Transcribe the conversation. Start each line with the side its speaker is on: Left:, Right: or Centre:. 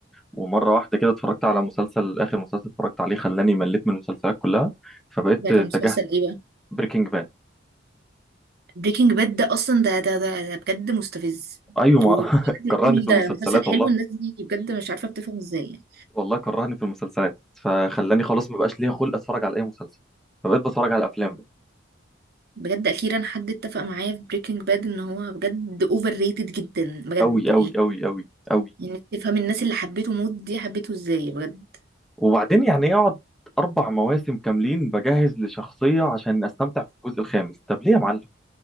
Centre: ومره واحده كده اتفرجت على مسلسل اخر مسلسل اتفرجت عليه خلاني مليت من المسلسلات كلها فبقيت
Right: ده
Centre: اتجهت
Right: كان مسلسل ايه بقى
Centre: بريكنج باد
Right: بريكنج باد ده اصلا ده ده ده, ده بجد مستفز
Centre: ايوه ما
Right: وبجد
Centre: <laughs>
Right: بيقول
Centre: كرهني في
Right: ده
Centre: المسلسلات
Right: مسلسل حلو
Centre: والله
Right: الناس دي بجد مش عارفه بتفهم ازاي يعني
Centre: والله كرهني في المسلسلات فخلاني خلاص ما بقاش ليا خلق اتفرج على اي مسلسل فبقيت بتفرج على افلام
Right: بجد اخيرا حد اتفق معايا في بريكنج باد ان هو بجد اوفر ريتد جدا بجد
Centre: قوي قوي
Right: يعني
Centre: قوي قوي قوي
Right: يعني تفهم الناس اللي حبيته موت دي حبيته ازاي بجد
Centre: وبعدين يعني اقعد اربع مواسم كاملين بجهز لشخصيه عشان استمتع في الجزء الخامس طب ليه يا معلم